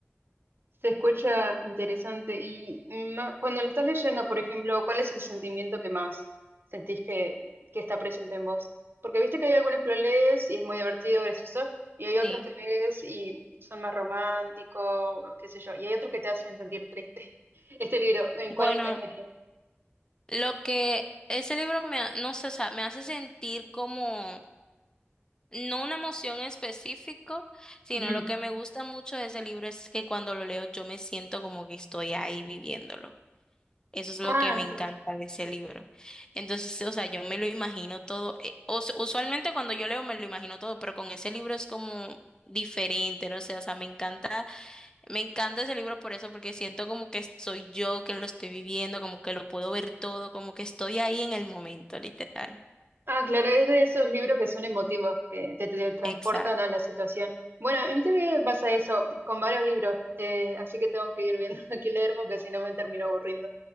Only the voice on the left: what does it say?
Sí.
Bueno,
lo que ese libro me, ha- no sé, o sea, me hace sentir como no una emoción en específico, sino
lo que me gusta mucho de ese libro es que cuando lo leo yo me siento como que estoy ahí viviéndolo. Eso es lo
que
me encanta de ese libro. Entonces, o sea, yo me lo imagino todo. eh, o s- usualmente cuando yo leo me lo imagino todo, pero con ese libro es como diferente, no sé, o sea, me encanta, me encanta ese libro por eso, porque siento como que soy yo que lo estoy viviendo, como que lo puedo ver todo, como que estoy ahí en el momento, literal.
Exacto.